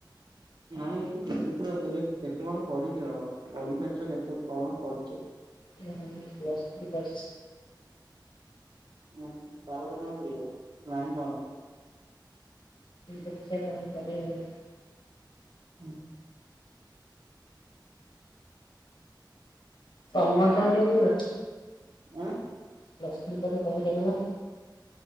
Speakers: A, on the right; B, on the left.
A: ନା ମୁଁ କେତେ ତ ଏବେ କେତେ କଣ ପଢିଛ ପଢିସାରିଛ କେତେ କଣ ପଢିଛ?
B: ମୁଁ ପ୍ଲସ୍ ଥ୍ରୀ କରିଛି।
A: ହଁ ତାପରେ କଣ କରିବ ପ୍ଲାନ୍ କଣ?
B: ଦେଖିଆ କଣ କରିବା ଆଉ।
A: ହୁଁ।
B: ତମେ କଣ କରିବ?
A: ଉଁ?
B: ପ୍ଲସ୍ ଥ୍ରୀ ପରେ କଣ କରିବ?